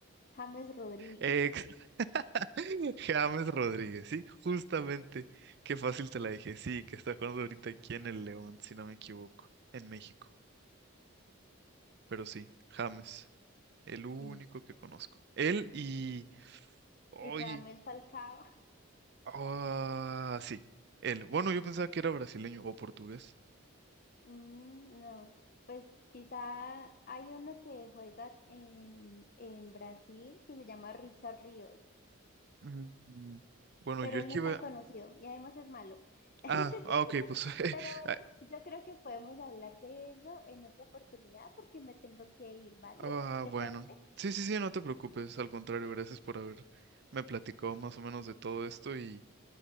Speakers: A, on the left; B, on the right.
A: James Rodríguez,
B: Ex <laughs> James Rodríguez, sí, justamente. Qué fácil te la dije. Sí, que está jugando ahorita aquí en el León, si no me equivoco, en México. Pero sí, James, el único
A: sí.
B: que conozco. Él y... Oye,
A: Y Ramel Falcao,
B: ah, sí, él. Bueno, yo pensaba que era brasileño o portugués.
A: <laughs> mm, no. Pues quizá hay uno que juega en, en Brasil que se llama Richard Ríos,
B: Mm, Bueno,
A: pero
B: yo
A: él
B: el que
A: no es
B: iba...
A: tan conocido y además es malo. <laughs>
B: Ah, ah, ok, pues...
A: Pero
B: <laughs>
A: bueno,
B: ah,
A: yo creo que podemos hablar de eso en otra oportunidad porque me tengo que ir, ¿vale?
B: ah,
A: ¿Te
B: bueno.
A: parece?
B: Sí, sí, sí, no te preocupes. Al contrario, gracias por haberme platicado más o menos de todo esto y...